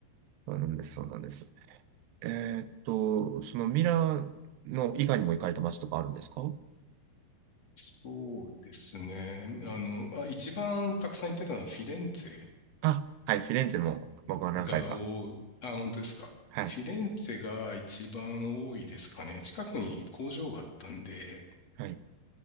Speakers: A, on the right; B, on the left.
A: そうなんです、そうなんです。えーっと、そのミラノ以外にも行かれた街とかあるんですか
B: そうですね。あの、あ、一番たくさん行ってたのはフィレンツ
A: あ、はい、フィレンツェも僕は何回か。
B: ェが多い。あ、本当ですか。
A: はい、
B: フィレンツェが一番多いですかね。近くに工場があったんで、
A: はい。